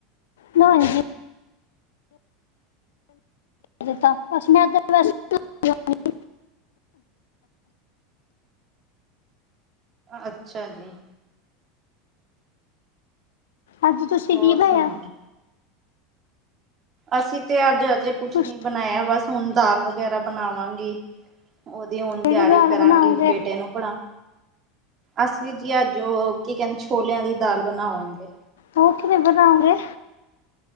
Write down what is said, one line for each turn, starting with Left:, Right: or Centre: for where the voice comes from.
Left: ਨਾਂਜੀ। ਜਿੱਤਾ ਬਸ ਮੈਂ ਤੇ ਵੈਸੇ <inaudible>
Right: ਅੱਛਾ ਜੀ।
Left: ਅੱਜ ਤੁਸੀਂ
Right: ਹੋਰ
Left: ਕੀ ਬਾਯੈ?
Right: ਸੁਣਾਓ? ਅਸੀਂ ਤੇ ਅੱਜ ਅਜੇ ਕੁਛ
Left: ਤੁਸੀਂ
Right: ਨੀ ਬਣਾਯਾ ਬਸ ਹੁਣ, ਦਾਲ ਵਗੈਰਾ ਬਣਾਵਾਂਗੀ। ਓਹਦੀ ਹੋਣ
Left: ਕਿਹੜੀ
Right: ਤਿਆਰੀ
Left: ਦਾਲ
Right: ਕਰਾਂਗੀ,
Left: ਬਣਾਓਗੇ
Right: ਬੇਟੇ ਨੂੰ ਪੜਾ ਅਸੀਂ ਵੀ ਜੀ ਅੱਜ਼ ਉਹ ਕੀ ਕਹਿੰਦੇ ਛੋਲਿਆਂ ਦੀ ਦਾਲ ਬਣਾਵਾਂਗੇ।
Left: ਉਹ ਕਿਵੇਂ ਬਣਾਉਗੇ।